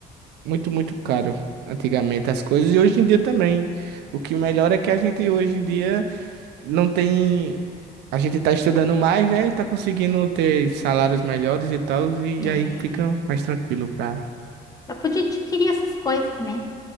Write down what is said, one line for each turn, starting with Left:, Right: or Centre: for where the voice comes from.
Right: muito, muito caro antigamente as coisas e hoje em dia também. O que melhora é que a gente hoje em dia não tem. A gente tá estudando mais, né? E tá conseguindo ter salários melhores e tal, e
Left: É,
Right: aí fica mais tranquilo pra.
Left: para poder adquirir essas coisas, né?